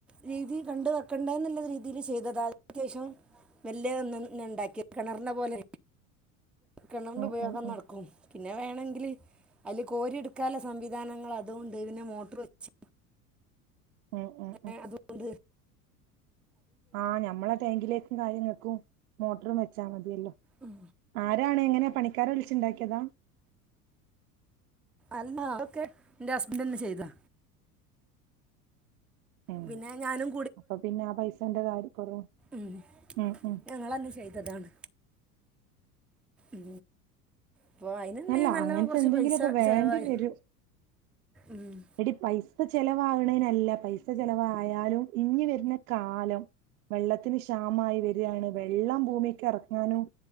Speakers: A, in the centre; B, on the right (about 65°).
A: വീതി കണ്ട് വെക്കേണ്ട എന്നുള്ള രീതിൽ ചെയ്തതാ അതി ശേഷം വല്യേതൊന്നും ഞാൻ ഇണ്ടാക്കി കിണറിനെ പോലെ കിണറിന്റെ
B: ഉം
A: ഉപയോഗം
B: ഉം ഉം
A: നടക്കും. പിന്നെ വേണമെങ്കിൽ അതില് കോരി എടുക്കാനുള്ള സംവിധാനങ്ങൾ അതുണ്ട് പിന്നെ മോട്ടർ വെച്ച്
B: ഉം ഉം
A: ഏ
B: ഉം
A: അതുണ്ട്
B: ആഹ് ഞമ്മളെ ടാങ്കിലേക്കും കാര്യങ്ങൾക്കും മോട്ടറും വെച്ചാ മതിയല്ലോ
A: അഹ്
B: ആരാണ് ഇങ്ങനെ പണിക്കാരെ വിളിച്ചുണ്ടാക്കിയതാ
A: അല്ല അതൊക്കെ എന്റെ ഹസ്ബന്റ് തന്നെ ചെയ്താ
B: ഉ
A: പിന്നെ ഞാനും
B: അപ്പൊ പിന്നെ ആ പൈസന്റെ കാര്യം കുറവ്
A: മ്
B: ഉം ഉം
A: ഞങ്ങളന്ന് ചെയ്തതാണ് ഉ അപ്പൊ അയിന്‌ന്നെ
B: അല്ല
A: നല്ല
B: അങ്ങനത്തെ
A: കൊറച്ച്
B: എന്തെങ്കിലുമൊക്കെ
A: പൈസ
B: വേണ്ടി
A: ചെലവായി
B: വരും
A: ഉം മ്
B: എടി പൈസ ചെലവാകണേനല്ല പൈസ പൈസ ചെലവായാലും ഇഞ്ഞി വരുന്ന കാലം വെള്ളത്തിന് ക്ഷാമായി വര ശരിയാണ് വെള്ളം ഭൂമിക്ക് ഇറങ്ങാനും